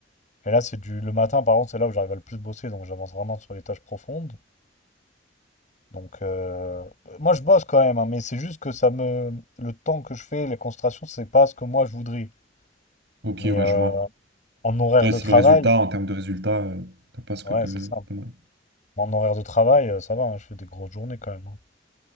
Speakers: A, on the left; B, on the right.
A: Et là, c'est du... le matin, par contre, c'est là où j'arrive à le plus bosser. Donc, j'avance vraiment sur les tâches profondes. Donc, euh, moi, je bosse quand même, hein, mais c'est juste que ça me... Le temps que je fais, les concentrations, c'est pas ce que moi, je voudrais.
B: Ok,
A: Mais
B: ouais,
A: euh,
B: je vois.
A: en horaire
B: Ouais,
A: de
B: c'est
A: travail,
B: le résultat, en termes de résultat, euh, t'as pas ce que
A: ouais,
B: t'a-
A: c'est ça.
B: t'aimerais.
A: En horaire de travail, euh, ça va, hein, je fais des grosses journées quand même. hein.